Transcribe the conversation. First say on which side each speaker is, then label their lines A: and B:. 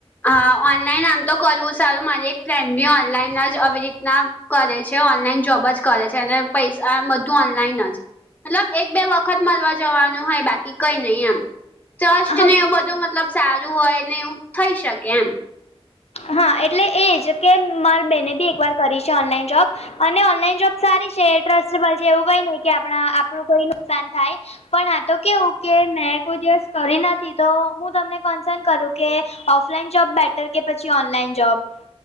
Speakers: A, on the left (about 15°); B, on the left (about 80°).
A: હા, ઓનલાઈન આમ તો કરવું સારું મારી એક ફ્રેન્ડ બી ઓનલાઈન જ આવી રીતના. કરે છે, ઓનલાઈન જોબ જ કરે છે. અને પૈસા બધું ઓનલાઈન જ. મતલબ એક બે વખત મળવા જવાનું હોય બાકી કઈ નહી, એમ. ચર્સ્ટ
B: હા
A: ને એવું બધું મતલબ સારું હોય ને એવું થઈ શકે, એમ.
B: હા, એટલે એજ કે મારી બેને બી એકવાર કરી છે, ઓનલાઈન જોબ. અને ઓનલાઈન જોબ સારી છે. ટ્રસ્ટેબલ છે એવું કય નહી કે આપ આપણું કોઈ નુકસાન થાય. પણ આ તો કેવું કે મેં કોઈ દિવસ કરી નથી તો હું તમને કનસન કરું. કે ઓફલાઈન જોબ બેટર કે પછી ઓનલાઈન જોબ.